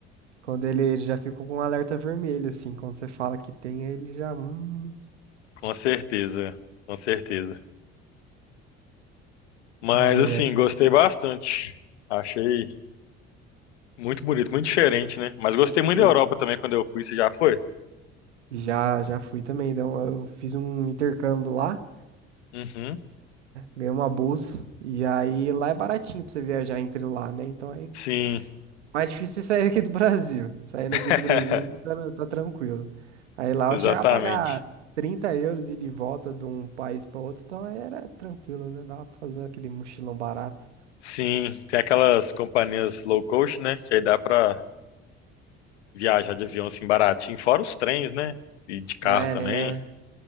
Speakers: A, on the right; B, on the left.
A: quando ele, ele já ficou com um alerta vermelho, assim, quando você fala que tem, aí ele já. Hum,
B: com certeza, com certeza. Mas
A: ai,
B: assim,
A: ai.
B: gostei bastante. Achei muito bonito, muito diferente, né? Mas gostei muito
A: Eu,
B: da Europa também quando eu fui. Você já foi?
A: Já, já fui também. Então, eu fiz um intercâmbio lá,
B: Uhum.
A: ganhei uma bolsa. E aí lá é baratinho pra você viajar entre lá, né? Então aí
B: Sim,
A: mais difícil é sair aqui do Brasil. Saindo
B: <laughs>
A: aqui do Brasil aí tá, tá tranquilo. Aí lá
B: exatamente.
A: eu chegava a pagar 30 euros e de volta de um país pra outro, então aí era tranquilo, né? Dava pra fazer aquele mochilão barato.
B: Sim, tem aquelas companhias low cost, né? Que aí dá pra viajar de avião assim baratinho, fora os trens, né? E de carro
A: Ryanair.
B: também.